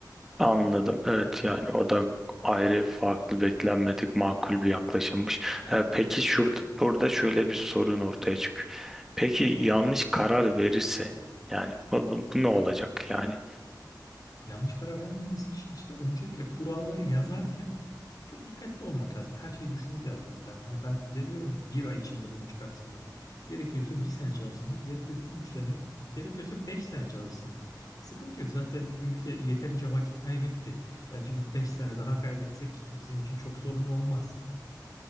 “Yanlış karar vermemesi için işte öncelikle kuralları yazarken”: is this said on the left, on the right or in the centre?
Left